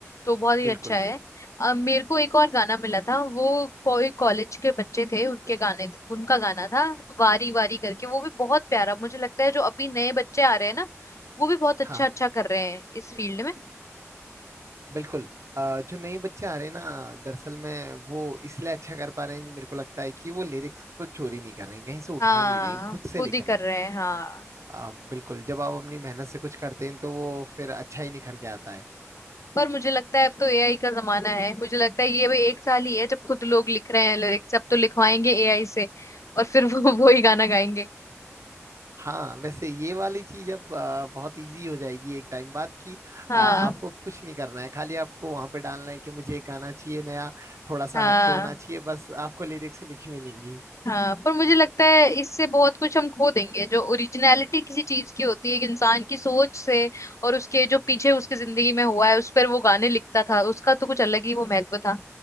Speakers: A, on the left (about 75°); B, on the right (about 70°).
A: तो बहुत ही
B: बिल्कुल
A: अच्छा है अ, मेरे को एक और गाना मिला था वो कोई कॉलेज के बच्चे थे उनके गाने उनका गाना था वारी वारी करके वो भी बहुत प्यारा मुझे लगता है जो अभी नए बच्चे आ रहे हैं ना वो भी बहुत अच्छा
B: हाँ
A: अच्छा कर रहे हैं इस फील्ड में
B: बिल्कुल अ, जो नए बच्चे आ रहे हैं ना दरअसल में वो इसलिए अच्छा कर पा रहे हैं मेरे को लगता है कि वो लिरिक्स को चोरी नहीं कर रहे हैं कहीं से उठा
A: हाँ
B: नहीं रहे हैं खुद से
A: खुद
B: लिख
A: ही कर
B: रहे
A: रहे
B: हैं
A: हैं हाँ
B: अ, बिल्कुल जब आप अपनी मेहनत से कुछ करते हैं तो वो फिर अच्छा ही निखर के आता है
A: पर मुझे लगता है अब तो एआई का जमाना है मुझे लगता है ये भाई एक साल ही है जब खुद लोग लिख रहे हैं लिरिक्स अब तो लिखवाएंगे एआई से और फिर वो <laughs> वो ही गाना गाएंगे
B: हाँ वैसे ये वाली चीज अब अ, बहुत इजी हो जाएगी एक टाइम बाद कि
A: हाँ
B: अ, आपको कुछ नहीं करना है खाली आपको वहां पे डालना है कि मुझे एक गाना चाहिए नया थोड़ा सा
A: हाँ
B: हटके होना चाहिए बस आपको लिरिक्स लिखी मिलेंगी
A: हाँ पर मुझे लगता है इससे बहुत कुछ हम खो देंगे जो ओरिजिनलिटी किसी चीज की होती है एक इंसान की सोच से और उसके जो पीछे उसकी जिंदगी में हुआ है उस पर वो गाने लिखता था उसका तो कुछ अलग ही वो महत्व था